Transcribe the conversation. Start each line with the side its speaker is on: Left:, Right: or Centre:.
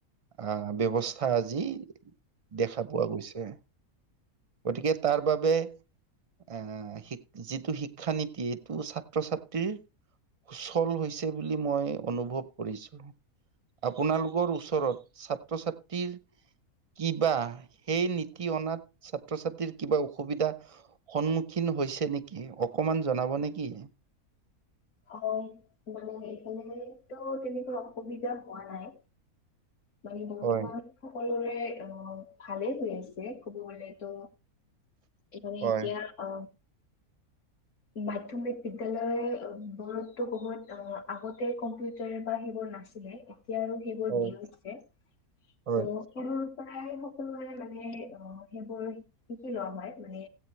Right: আ'হ ব্যৱস্থা আজি দেখা পোৱা গৈছে। গতিকে তাৰ বাবে আ'হ শি যিটো শিক্ষা নীতি এইটো ছাত্ৰ- ছাত্ৰীৰ সুচল হৈছে বুলি মই অনুভৱ কৰিছো। আপোনালোকৰ ওচৰত ছাত্ৰ -ছাত্ৰীৰ কিবা সেই নীতি অনাত ছাত্ৰ ছাত্ৰীৰ কিবা অসুবিধা সন্মুখীন হৈছে নেকি অকমান জনাব নেকি?
Left: অ', মানে এইফালে তো তেনেকুৱা অসুবিধা হোৱা নাই।
Right: <inaudible>
Left: মানে বৰ্তমান
Right: হয়
Left: সকলোৰে অ, ভালেই হৈ আছে কব গলেতো এ মানে
Right: হয়,
Left: এতিয়া অ মাধ্যমিক বিদ্যালয় <unintelligible> বহুত অ আগতে কম্পিউটাৰ বা সেইবোৰ নাছিলে এতিয়া আৰু সেইবোৰ
Right: হয়,
Left: দিওছে
Right: হয়,
Left: ত <unintelligible> প্ৰায় সকলোৱে মানে অ সেইবোৰ শিকি লোৱা হয় মানে